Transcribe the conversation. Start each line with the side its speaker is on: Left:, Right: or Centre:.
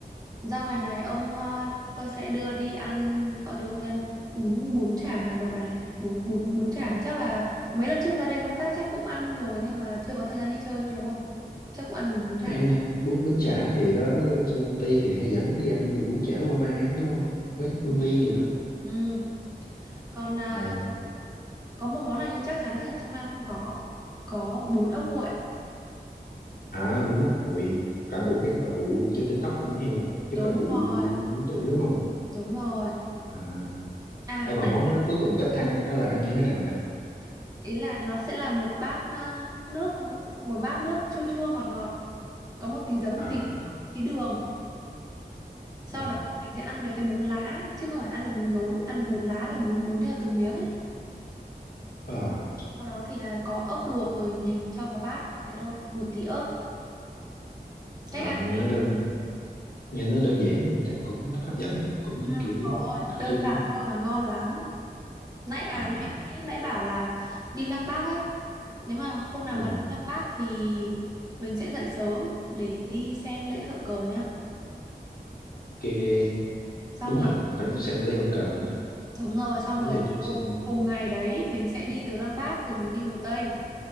Right: ra ngoài này ông ờ, tôi sẽ đưa đi ăn ờ, đưa ông đi ăn bún bún chả Hà Nội này bún bún bún chả chắc là mấy lần trước ra đây công tác chắc cũng ăn rồi nhưng mà chưa có thời gian đi chơi thôi đúng không chắc cũng ăn bún bún chả
Left: ăn
Right: rồi
Left: ha bún bún chả thì đó trong công ty thì hay dẫn đi ăn gì bún chả Obama á, đúng không quán Hương
Right: Ừ.
Left: Liên gì đó
Right: Ừ, còn à,
Left: à,
Right: có một món này thì chắc chắn là trong Nam không có. Có bún ốc nguội.
Left: à bún ốc nguội là
Right: Ừ,
Left: của cái bà cụ trên TikTok cũng hay gặp cái
Right: đúng
Left: bà cụ
Right: rồi,
Left: lớn tuổi đúng không
Right: đúng rồi.
Left: à
Right: À,
Left: ai
Right: nãy
Left: mà món đó cuối cùng cách ăn đó là ăn như thế nào vậy
Right: ý là nó sẽ là một bát à, nước một bát nước chua chua ngọt ngọt, có một tí giấm, một
Left: à
Right: tí một tí đường. sau
Left: à,
Right: đó thì mình sẽ ăn với cái bún lá ấy, chứ không phải ăn với bún rối ăn với bún lá là bún bún theo từng miếng ấy
Left: à
Right: sau đó thì là có ốc luộc rồi nhỉ cho vào bát thế thôi một tí ớt cách
Left: rồi,
Right: ăn
Left: nghe nó đơn nghe nó đơn giản nhưng mà chắc cũng hấp dẫn á, cũng
Right: ừ,
Left: kiểu
Right: trời ơi
Left: đặc
Right: đơn
Left: trưng
Right: giản
Left: á
Right: thôi mà ngon lắm nãy à
Left: à
Right: nãy, nãy nãy bảo là đi Lăng Bác ấy nếu mà hôm nào
Left: ừ.
Right: mà đi Lăng Bác thì mình sẽ dậy sớm để đi xem lễ thượng cờ nhá
Left: ok
Right: xong
Left: đúng rồi
Right: rồi
Left: phải xem lễ hương cờ mới được
Right: đúng rồi xong
Left: đó
Right: rồi
Left: giờ chưa
Right: cùng
Left: xem món gì
Right: cùng ngày đấy mình sẽ đi từ Lăng Bác rồi mình đi Hồ Tây